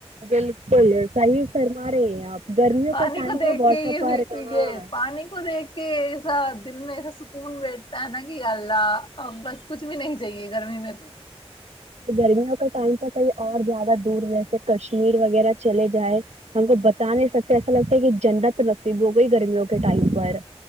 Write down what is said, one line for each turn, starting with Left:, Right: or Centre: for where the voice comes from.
Right: بالکل بول سائی فرما رہے ہیں آپ گرمیوں
Left: پانی
Right: کا ٹائم
Left: کو دیکھ
Right: تھا واٹر
Left: کے یہ
Right: پارک ہاں
Left: یہ پانی کو دیکھ کے ایسا دل میں ایسا سکون بیٹھتا ہے نا کہ اللہ ا بس کچھ بھی نہیں چاہیے گرمی میں تو
Right: گرمیوں کے ٹائم پر کہیں اور زیادہ دور جیسے کشمیر وغیرہ چلے جائے ہم کو بتا نہیں سکتے ایسا لگتا ہے کہ جنت نصیب ہو گئی گرمیوں کے ٹائم پر